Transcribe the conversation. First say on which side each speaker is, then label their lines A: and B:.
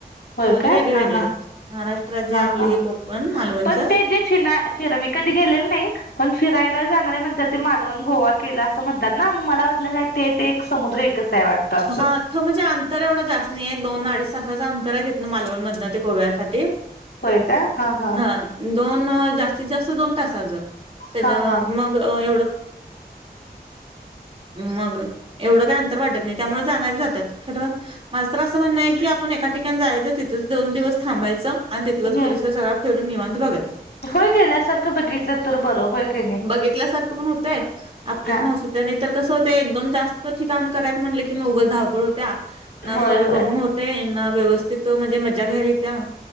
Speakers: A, on the left; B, on the right.
A: होय
B: दोन्ही
A: काय
B: वेगळे
A: हा
B: वेगळे
A: ह
B: आहेत महाराष्ट्र राज्य
A: हा
B: आपले
A: ह
B: हे कोकण मालवणचं
A: पण ते जे फिना फिरा मी कधी गेले नाही पण फिरायला जाणारे म्हणात ते मालवण, गोवा केला असं म्हणतात ना मग मला वाटलं काय ते ते एक समुद्र एकच. आहे वाटतं असं.
B: हा तर म्हणजे अंतर एवढं जास्त नाही आहे दोन अडीच तेज अंतर आहे तिथन मालवण मधन ते गोव्यासाठी.
A: होय का हा हा.
B: दोन जास्तीत जास्त दोन तासचा त्याच्या
A: हा हा
B: मग एवढ <inaudible> मग एवढं काय वाटत नाही त्यामुळे जाणारी जातात खर माझं तर असं म्हणणं आहे की आपण एका ठिकाण जायचं तिथच दोन दिवस थांबायचं. आणि तिथलाच
A: हम्म
B: परिसर सगळाफिरून निवांत बघायचं.
A: होय गेल्यासारखं बघितलं तर बरं होय की नाही
B: <inaudible> बघितल्यासारखं पण होतंय आपली
A: हा
B: पण स ते नाहीतर कसं होत एकदम जास्त ठिकाण करायच म्हटले की मग उगच धावपळ होत्या. ना
A: होय
B: सर बघून
A: होय
B: हो ते ना व्यवस्थित म्हणजे मजा घ्यायली त्या